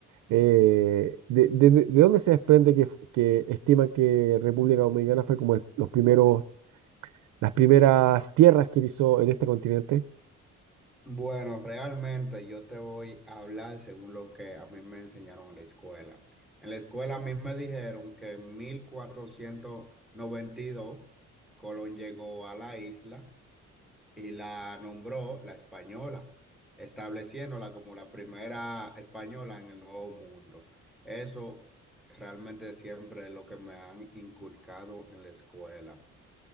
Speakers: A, on the right (about 85°); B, in the centre.
A: eh, de, de- de- de dónde se desprende que, f- que estiman que República Dominicana fue como el- los primeros, las primeras tierras que pisó en este continente?
B: Bueno, realmente yo te voy a hablar según lo que a mí me enseñaron en la escuela. En la escuela a mí me dijeron que en 1492 Colón llegó a la isla y la nombró la Española, estableciéndola como la primera española en el Nuevo Mundo. Eso realmente siempre es lo que me han inculcado en la escuela.